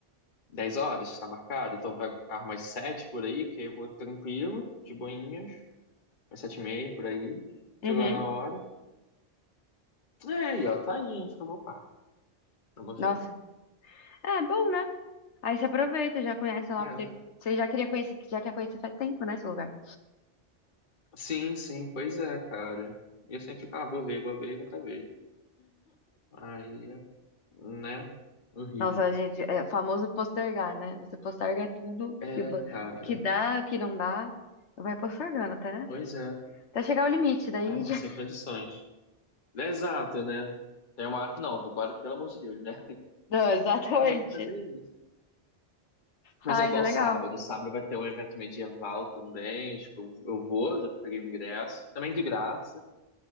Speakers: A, on the left; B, on the left.
A: 10 horas, tá marcado. Então eu pego o carro umas 7 por aí, que aí eu vou tranquilo, de boinhas, umas 7 e meia por aí.
B: Uhum.
A: Chego lá na hora. É, aí, ó, tá aí, hein, acho que eu vou par. Vamos
B: Nossa.
A: ver.
B: É bom, né? Aí você aproveita, já conhece lá
A: É.
B: o que você, você já queria conhecer, já quer conhecer faz tempo, né, esse lugar.
A: Sim, sim, pois é, cara. E eu sempre fico, ah, vou ver, vou ver e nunca vejo. Aí, né? Horrível.
B: Nossa, gente, é o famoso postergar, né? Você posterga tudo,
A: É,
B: que vo-
A: cara.
B: o que dá, o que não dá, vai postergando até,
A: Pois é.
B: até chegar ao limite, daí
A: Ah, não,
B: já...
A: sem
B: <laughs>
A: condições. É, Exato, né? Tem uma hora que não, tô agora, pelo amor de Deus, né?
B: Não, exatamente.
A: Mas eu vou fazer isso. Mas
B: Faz,
A: é igual
B: é legal.
A: sábado. Sábado vai ter um evento medieval também. Acho que eu, eu vou, já peguei o ingresso. Também de graça.